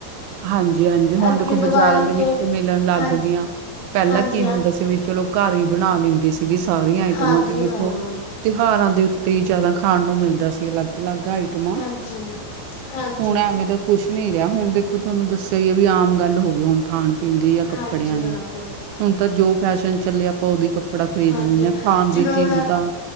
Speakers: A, on the right (about 80°); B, on the left (about 85°).
A: ਹਾਂਜੀ ਹਾਂਜੀ। ਹੁਣ
B: ਅੱਗੇ
A: ਦੇਖੋ,
B: ਦੀਵਾਲੀ
A: ਬਾਜ਼ਾਰਾਂ ਦੇ
B: 'ਤੇ
A: ਵਿੱਚ ਮਿਲਣ ਲੱਗ
B: ਹਾਂਜੀ
A: ਗਈਆਂ। ਪਹਿਲਾਂ
B: ਹਾਂਜੀ
A: ਕੀ ਹੁੰਦਾ
B: ਹਾਂ
A: ਸੀ ਵੀ ਚਲੋ। ਘਰ ਹੀ ਬਣਾ ਲੈਂਦੀ ਸੀਗੀ ਸਾਰੀਆਂ ਆਈਟਮਾਂ
B: ਹਾਂਜੀ
A: ਤੇ ਦੇਖੋ
B: ਹਾਂ
A: ਤਿਉਹਾਰਾਂ ਦੇ ਉੱਤੇ ਹੀ ਜ਼ਿਆਦਾ ਖਾਣ ਨੂੰ ਮਿਲਦਾ। ਦਾ ਸੀ ਅਲੱਗ-ਅਲੱਗ ਆਈਟਮਾਂ।
B: ਹਾਂਜੀ ਮੈਮ ਹਾਂਜੀ
A: ਹੁਣ ਐਵੇਂ
B: ਹਾਂ
A: ਦਾ ਕੁਛ ਨਹੀਂ ਰਿਹਾ। ਹੁਣ ਦੇਖੋ ਤੁਹਾਨੂੰ ਦੱਸਿਆ ਹੀ ਐ ਵੀ ਆਮ ਗੱਲ ਹੋ ਗਈ। ਹੁਣ ਖਾਣ-ਪੀਣ ਦੀ ਜਾਂ ਕੱਪੜਿਆਂ
B: ਹਾਂਜੀ
A: ਦੀ।
B: ਹਾਂ ਮੈਮ
A: ਹੁਣ ਤਾਂ ਜੋ ਫੈਸ਼ਨ ਚੱਲੇ ਆਪਾਂ ਉਹਦੀ ਕੱਪੜਾ ਖਰੀਦ
B: ਹਾਂਜੀ
A: ਲੈਂਦੇ ਹਾਂ ਖਾਣ
B: ਜਿਵੇਂ
A: ਦੀ ਚੀਜ਼
B: ਹੁਣ
A: ਤਾਂ